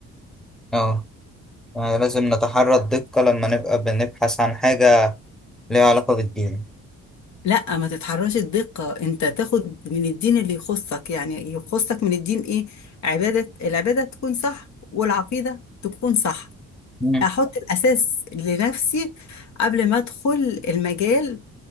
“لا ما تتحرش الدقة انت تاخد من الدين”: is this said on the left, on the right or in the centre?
Left